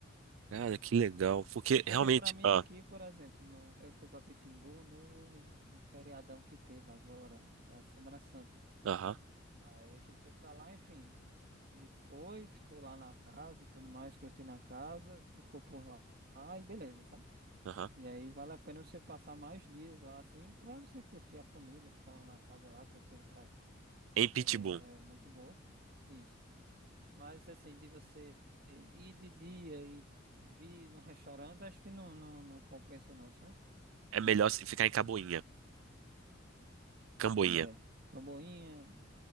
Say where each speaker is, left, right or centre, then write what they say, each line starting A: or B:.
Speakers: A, on the right (about 80°); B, on the right (about 50°).
A: Cara, que legal. Porque
B: Porque
A: realmente.
B: pra mim
A: Ah,
B: aqui, por exemplo, no- eu fui pra Pitimbu no, no feriadão que teve agora, da Semana Santa.
A: aham,
B: Aí a gente foi pra lá, enfim. A gente foi, ficou lá na casa e tudo mais, curtindo a casa, ficou por lá. Ah, e beleza, sabe?
A: aham.
B: E aí vale a pena você passar mais dias lá, assim, pra você curtir a família, ficar na casa lá, curtir a praia,
A: Em
B: que
A: Pitimbu
B: também é muito boa. Isso. Mas, assim, de você ir de dia e vir num restaurante, acho que não, não, não compensa não, sabe?
A: é melhor se ficar em Camboinha. Camboinha.
B: É, Camboinha,